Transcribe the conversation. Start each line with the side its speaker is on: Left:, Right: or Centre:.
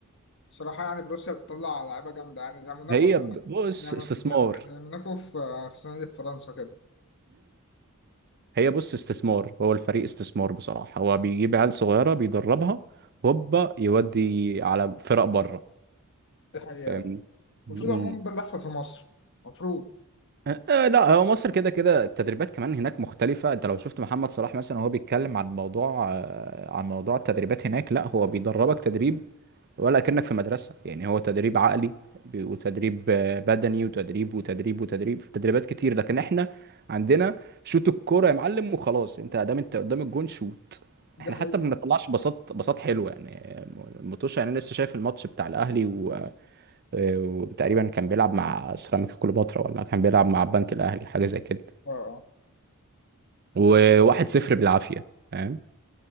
Left: بصراحة يعني بروسيا بتطلع لعيبة جامدة يعني زي موناكو
Right: هي
Left: في-
Right: ب- بص
Left: زي مون-
Right: استثمار
Left: زي موناكو في في السنة دي في فرنسا كده
Right: هي بص استثمار هو الفريق استثمار بصراحة هو بيجيب عيال صغيرة بيدربها هوبا يودي على فرق بره
Left: دي حقيقة
Right: فاهمني مم.
Left: المفروض عموما ده اللي يحصل في مصر المفروض
Right: أه آه، لا هو مصر كده كده التدريبات كمان هناك مختلفة انت لو شفت محمد صلاح مثلا وهو بيتكلم عن موضوع آه، عن موضوع التدريبات هناك لا هو بيدربك تدريب ولا كأنك في مدرسة يعني هو تدريب عقلي ب- وتدريب آه، بدني وتدريب وتدريب وتدريب تدريبات كتير لكن احنا عندنا شوت الكورة يا معلم وخلاص انت دام انت قدام الجون شوت احنا
Left: دي حقيقة
Right: حتى ما بنطلعش بساط بساط حلو يعني آه، المطوشه يعني أنا لسه شايف الماتش بتاع الاهلي و... آه، وتقريبا كان بيلعب مع سيراميكا كليوباترا ولا كان بيلعب مع البنك الاهلي حاجة زي كده
Left: اه اه.
Right: وواحد صفر بالعافية فاهم